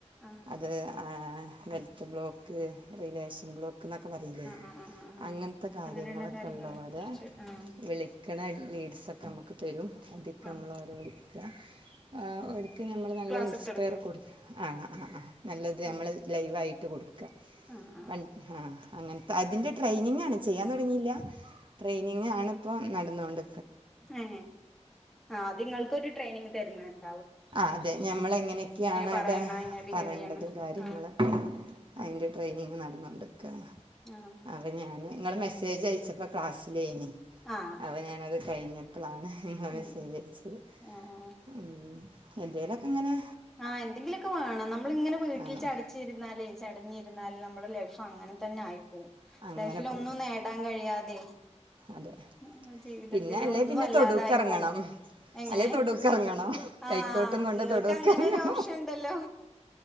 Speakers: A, in the centre; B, on the right (about 45°).
A: ആഹ് ആഹ്
B: അത് ആഹ് ത് ബ്ലോക്ക് റിലേഷൻ ബ്ലോക്ക് ക്ക്ന്നെക്കെ പറീല്ലേ
A: ആഹ് ആഹ് ആഹ് ആഹ്
B: അങ്ങൻത്തെ
A: ആഹ്
B: കാര്യങ്ങളൊക്കെ
A: അങ്ങനെയുള്ള കാര്യങ്ങളെ
B: ഉള്ളോരെ
A: കുറിച്ച് ആഹ്
B: വിളിക്കണ ലീഡ്സൊ നമുക്ക് തരും. അതിക്ക്
A: ആഹ്
B: നമ്മളോരെ വിളിക്ക, ആഹ് ഒരിക്ക് നമ്മള് നല്ല
A: ക്ലാസ്
B: ഇൻസ്പെയർ
A: എടുത്ത് കൊടുക്കെ
B: കൊടു ആഹ് ആഹ് ആഹ് നല്ലത് ഞമ്മളത്
A: ആഹ്
B: ലൈവായിട്ട് കൊടുക് ക്ക
A: ആഹ് ആഹ്
B: പണ്ട് ഹാ അങ്ങൻത്ത അതിൻ്റെ ട്രെയിനിങ്ങാണ് ചെയ്യാൻ തുടങ്ങീല്ല. ട്രെയിനിങ് ആണ്. ഇപ്പോ നടന്നോണ്ട്
A: ഏ ആഹ് അത് ഇങ്ങൾക്കൊരു ട്രെയിനിങ് തരണാന്ന്
B: ആഹ് അതെ ഞമ്മളെങ്ങനെക്കെയാണ്
A: പറയണം
B: അവ്ടെ
A: എങ്ങനെ ബിഹേവ്
B: പറയേണ്ടത്
A: ചെയ്യണം
B: കാര്യങ്ങളൊക്കെ
A: ആഹ് ഉം
B: അയിന്റെ ട്രെയിനിങ് നടന്നോണ്ട്ക് ക്ക
A: ആഹ്
B: അപ്പ ഞാന് ഇങ്ങള് മെസ്സേജ് അയച്ചപ്പ ക്ലാസ്സിലേന്
A: ആഹ്
B: അപ്പോ ഞാനത് കൈഞ്ഞപ്പളാണ് <unintelligible>
A: ഉം
B: സ്വീകരിച്ചത്,
A: ആഹ്
B: മ് എന്തേലൊക്കെങ്ങനെ
A: ആ എന്തെങ്കിലുമൊക്കെ വേണം നമ്മളിങ്ങനെ വീട്ടിൽ
B: വേണം
A: ചടച്ചിരുന്നാലേ ചടഞ്ഞിരുന്നാൽ നമ്മൾ <unintelligible> പ്പ അങ്ങനെ തന്നെ ആയി പോവും
B: അങ്ങനെ
A: ലൈഫിൽ
B: പോവും
A: ഒന്നും നേടാൻ കഴിയാതെ
B: അതെ
A: മ് ജീവിതത്തില്
B: പിന്നെ അല്ലേ
A: ഒന്നും
B: പിന്നെ
A: അല്ലാതായി
B: തൊടുക്കെറങ്ങണം
A: പോവും, എങ്ങനെ
B: അല്ലെ തൊടുക്കെറങ്ങണം
A: ആ
B: കൈക്കോട്ടും കൊണ്ട്
A: നിങ്ങൾ
B: തൊടുക്കെറങ്ങണം
A: അങ്ങനെരു ഓപ്ഷൻ ഉണ്ടല്ലോ.